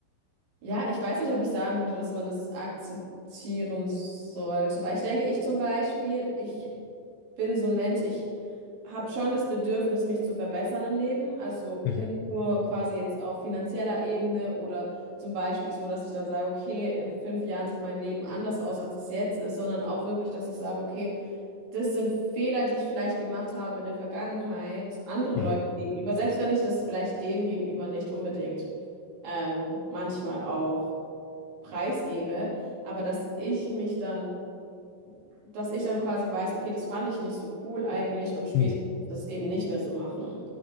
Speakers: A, on the right; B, on the left.
A: ja, ich weiß nicht, ob ich sagen würde, dass man das akzeptieren sollte. Weil ich denke, ich zum Beispiel, ich bin so ein Mensch, ich. habe schon das Bedürfnis, mich zu verbessern im Leben. Also
B: Mhm.
A: nicht nur quasi jetzt auf finanzieller Ebene oder zum Beispiel so, dass ich dann sage, okay, in fünf Jahren sieht mein Leben anders aus, als es jetzt ist, sondern auch wirklich, dass ich sage, okay, das sind Fehler, die ich vielleicht gemacht habe in der Vergangenheit, anderen
B: Mhm.
A: Leuten gegenüber, selbst wenn ich das vielleicht denen gegenüber nicht unbedingt ähm, manchmal auch preisgebe, aber dass ich mich dann dass ich dann quasi weiß, okay, das fand ich nicht so cool eigentlich und später
B: Hm.
A: möchte ich das eben nicht mehr so machen.